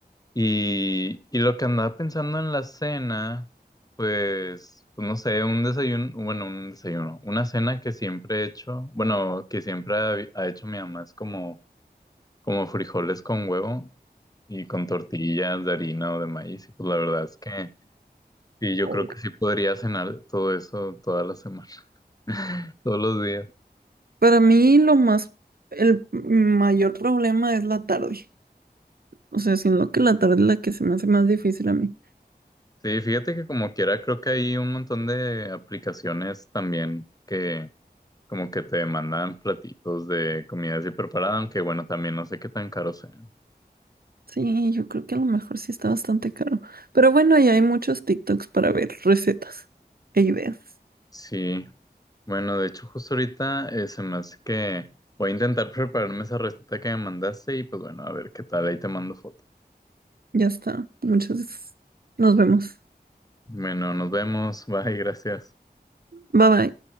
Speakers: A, on the left; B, on the right.
A: Y, y lo que andaba pensando en la cena, pues, pues no sé, un desayuno, bueno, un desayuno, una cena que siempre he hecho, bueno, que siempre ha, ha hecho mi mamá es como, como frijoles con huevo y con tortillas de harina o de maíz. Y pues la verdad es que sí, yo
B: Oh,
A: creo que sí podría cenar todo eso toda la semana, <laughs> todos los días.
B: Para mí lo más, el mayor problema es la tarde. O sea, siendo que la tarde es la que se me hace más difícil a mí.
A: Sí, fíjate que como quiera, creo que hay un montón de aplicaciones también que como que te mandan platitos de comida así preparada, aunque bueno, también no sé qué tan caros sean.
B: Sí, yo creo que a lo mejor sí está bastante caro. Pero bueno, ahí hay muchos TikToks para ver recetas e ideas.
A: Sí, bueno, de hecho justo ahorita eh, se me hace que voy a intentar <laughs> prepararme esa receta que me mandaste y pues bueno, a ver qué tal, ahí te mando foto.
B: Ya está. Muchas. Nos vemos.
A: Bueno, nos vemos, bye, gracias.
B: Bye bye.